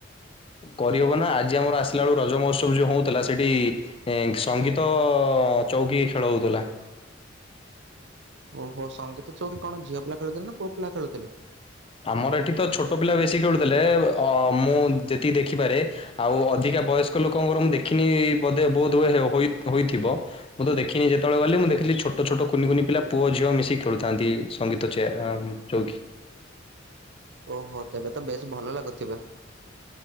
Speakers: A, on the left; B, on the right.
A: କରିହବ ନା ଆଜି ଆମର ଆସିଲା ବେଳୁ ରଜ ମହୋତ୍ସବ ଯୋଉ ହଉଥିଲା ସେଠି ଏ ସଙ୍ଗୀତ ଚୌକି ଖେଳ ହଉଥିଲା।
B: ଓହୋ ସଙ୍ଗୀତ ଚୋଉ କି କଣ ଝିଅ ପିଲା ଖେଳୁଥିଲେ ନା ପୁଅ ପିଲା ଖେଳୁଥିଲେ?
A: ଆମର ଏଠି ତ ଛୋଟ ପିଲା ବେଶୀ ଖେଳୁଥିଲେ ଅ ମୁଁ ଯେତିକି ଦେଖିପାରେ। ଆଉ ଅଧିକା ବୟସ୍କ ଲୋକଙ୍କର ମୁଁ ଦେଖିନି ବୋଧେ ବହୁତ ହ ହୋଇ ହୋଇଥିବ। ମୁଁ ତ ଦେଖିନି ଯେତେବେଳେ ଗଲେ ମୁଁ ଦେଖିଲିଛୋଟ ଛୋଟ କୁି କୁନି ପିଲା ପୁଅଝିଅ ମିଶିକି ଖେଳୁଛନ୍ତି। ସଙ୍ଗୀତ <unintelligible> ଚୌକି
B: ଓହୋ ତେବେ ତ ବେଶ ଭଲ ଲାଗୁଥିଲା।